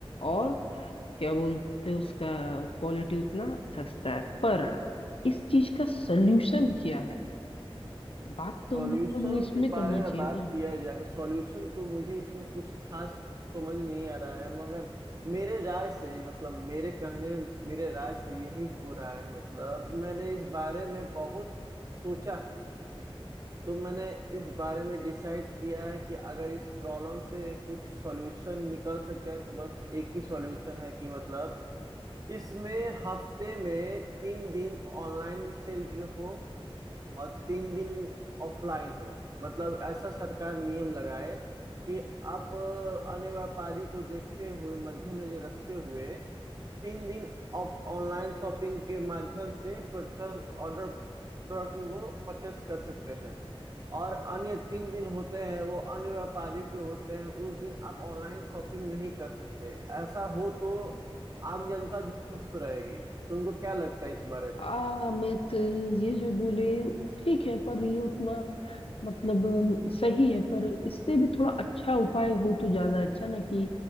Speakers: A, on the left; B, on the right.
A: और क्या बोलते हैं उसका क्वालिटी उतना सस्ता है पर इस चीज का सोल्यूशन क्या है बात तो
B: सॉल्यूशन
A: हम लोग ने इसमें
B: के
A: करना
B: बारे
A: चाहिए
B: में बात
A: ना
B: किया जाए तो सॉल्यूशन तो मुझे इसमें कुछ खास समझ नहीं आ रहा है मगर मेरे राय से मतलब मेरे कहने मेरे राय से यही हो रहा है मतलब मैंने इस बारे में बहुत सोचा है तो मैंने इस बारे में डिसाइड किया है कि अगर इस प्रॉब्लम से कुछ सॉल्यूशन निकल सकता है तो बस एक ही सॉल्यूशन है कि मतलब इसमें हफ्ते में तीन दिन ऑनलाइन सेल हो और तीन दिन ऑफलाइन हो मतलब ऐसा सरकार नियम लगाए कि आप अ, अन्य व्यापारियों को देखते हुए मद्देनजर रखते हुए तीन दिन आप ऑनलाइन शॉपिंग के माध्यम से परचेस ऑर्डर प्रोडक्ट को परचेस कर सकते हैं और अन्य तीन दिन होते हैं वो अन्य व्यापारियों के होते हैं उस दिन आप ऑनलाइन शॉपिंग नहीं कर सकते ऐसा हो तो आम जनता भी खुश रहेगी तुमको क्या लगता है इस बारे में
A: आ मैं तो ये जो बोले ठीक है पर ये उतना मतलब अम, सही है पर इससे भी थोड़ा अच्छा उपाय हो तो ज्यादा अच्छा ना कि